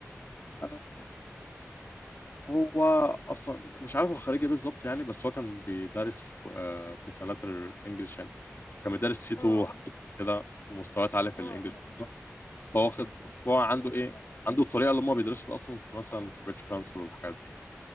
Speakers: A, on the left; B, on the left.
A: آه، هو اصلا مش عارف هو خريج ايه بالظبط يعني بس هو كان بيدرس في آه، في سنات الانجليش يعني كان بيدرس سي 2
B: اه اه
A: حاجات كده ومستويات عاليه في
B: اه
A: الانجليش
B: آه.
A: فهو خد فهو
B: فهمتك
A: عنده ايه عنده الطريقه اللي هم بيدرسوا بيها اصلا في مثلا في بريتش كونسل والحاجات دي